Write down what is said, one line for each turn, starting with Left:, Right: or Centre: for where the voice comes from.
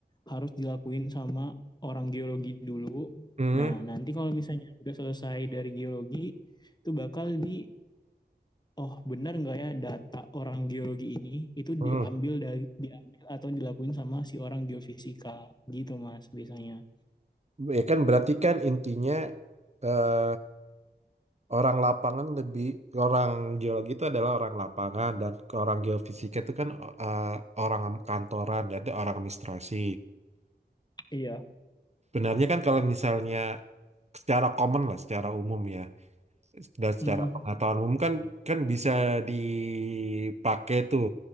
Left: harus dilakuin sama orang geologi dulu.
Right: hmm,
Left: Nah, nanti kalau misalnya udah selesai dari geologi, itu bakal di oh benar nggak ya data orang geologi ini itu diambil
Right: hmm.
Left: dari diambil atau dilakuin sama si orang geofisika gitu Mas biasanya.
Right: Ya kan berarti kan intinya eh, orang lapangan lebih orang geologi itu adalah orang lapangan dan orang geofisika itu kan eh, orang kantoran ya ada orang administrasi.
Left: Iya.
Right: Benarnya kan kalau misalnya secara common lah, secara umum ya dan secara
Left: Hmm.
Right: pengetahuan umum kan kan bisa dipakai tuh.